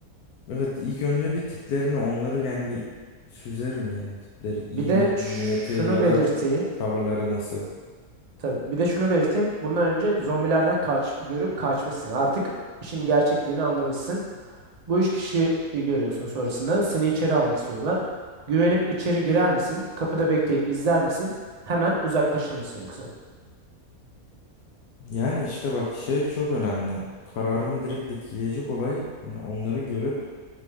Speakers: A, on the left; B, on the right.
A: Evet ilk önce bir tiplerini onları yani bir süzerim yani tipleri iyi
B: Bir de
A: mi
B: şunu
A: niyeti ya
B: belirteyim.
A: da tavırları nasıl.
B: Tabii. Bir de şunu belirteyim. Bundan önce zombilerden kaç görüp kaçmışsın. Yani Artık işin gerçekliğini anlamışsın. Bu üç kişiyi e, görüyorsun sonrasında. Seni içeri almak istiyorlar. Güvenip içeri girer misin? Kapıda bekleyip izler misin? Hemen uzaklaşır mısın yoksa?
A: Yani işte bak şey çok önemli. Kararımı direkt etkileyecek olay hani onları görüp